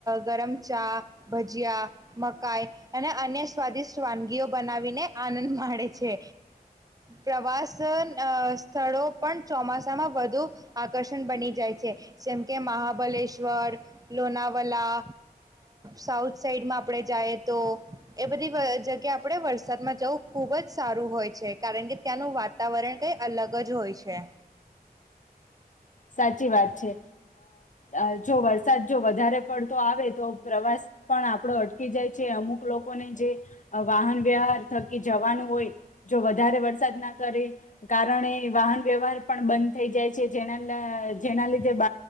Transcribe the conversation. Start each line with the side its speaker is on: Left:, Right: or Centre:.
Right: ગરમ ચા, ભજીયા, મકાઈ અને અન્ય સ્વાદિષ્ટ વાનગીઓ બનાવીને આનંદ માણેે છે, પ્રવાસ સ્થળો પણ ચોમાસામાં વધુ આકર્ષણ બની જાય છે. જેમ કે મહાબલેશ્વર, લોનાવલા, સાઉથ સાઈડમાં આપણે જઈએ તો એ બધી જગ્યા આપણે વરસાદમાં જવું ખુબ જ સારું હોય છે કારણ કે ત્યાંનું વાતાવરણ કઈ અલગ જ હોય છે.
Left: સાચી વાત છે અ જો વરસાદ જો વધારે પડતો આવે તો પ્રવાસ પણ આપણો અટકી જાય છે અમુક લોકોને જે વાહન વ્યવહાર થકી જવાનું હોય જો વધારે વરસાદ ના કરે કારણે વાહન વ્યવહાર પણ બંધ થઈ જાય છે જેના. જેના લીધે બ